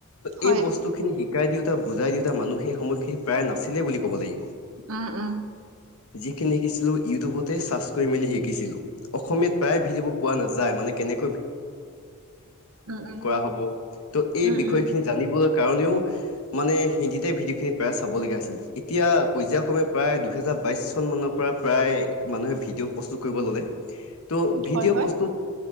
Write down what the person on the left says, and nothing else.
এই বস্তু খিনি শ। শিকাই দিওঁতা বুজাই দিওঁতা মানুহ সেই সময়খিনি প্ৰায় নছিলে বুলি ক'ব লাগিব
যিখিনি শিকিছিলো ইউটিউবতে চাৰ্চ কৰি মেলি শিকিছিলো অসমীয়াত প্ৰায় ভিডিঅ বোৰ পোৱা নাযায় মানে কেনে
আ হব এই
বিষয়
জ কাৰণেও মানে হিন্দীতে ভিডিঅ' খিনি প্ৰায় চাবলগীয়া আছিল এতিয়া পৰ্যায়ক্ৰমে প্ৰায় দুহেজাৰ বাইশ চন মানৰ পৰা প্ৰায় মানুহে ভিডিঅ' প্ৰস্তুত কৰিব ল <unintelligible> ত' ভিডিঅ'
বস্তুত